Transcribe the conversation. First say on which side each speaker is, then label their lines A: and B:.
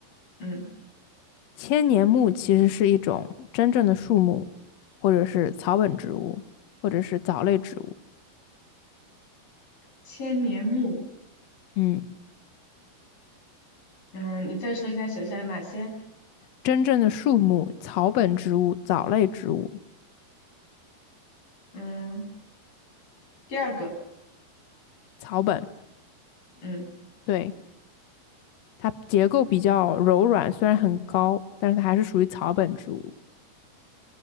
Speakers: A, on the left; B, on the left.
A: 嗯，
B: 千年木其实是一种真正的树木，或者是草本植物，或者是藻类植物。
A: 千年木，
B: 嗯，
A: 嗯，你再说一下学校有哪些？
B: 真正的树木、草本植物、藻类植物、
A: 嗯，第二个，
B: 草本，
A: 嗯，
B: 对，它结构比较柔软，虽然很高，但是它还是属于草本植物。